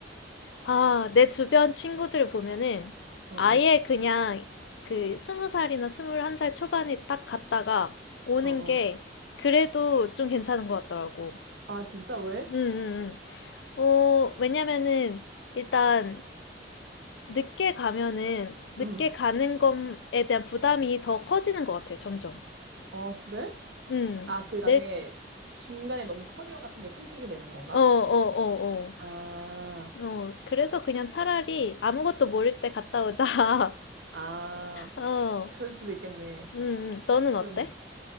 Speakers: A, on the left; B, on the right.
A: 아, 내 주변 친구들 보면은
B: 어,
A: 아예
B: 어,
A: 그냥 그 스무 살이나 스물한 살 초반에 딱 갔다가 오는
B: 어, 어.
A: 게 그래도 좀 괜찮은 것 같더라고.
B: 아, 진짜 왜?
A: 음, 음, 음. 어, 왜냐면은 일단 늦게 가면은 늦게
B: 응.
A: 가는 것에 대한 부담이 더 커지는 것 같아요, 점점.
B: 어, 그래?
A: 음.
B: 아, 그 나중에
A: 내,
B: 중간에 너무 커리어 같은 게 끊기게 되는 건가?
A: 어, 어, 어, 어.
B: 아,
A: 어, 그래서 그냥 차라리 아무것도 모를 때 갔다 오자. <laughs>
B: 아.
A: 어,
B: 그럴 수도 있겠네.
A: 음, 음. 너는
B: 그럼,
A: 어때?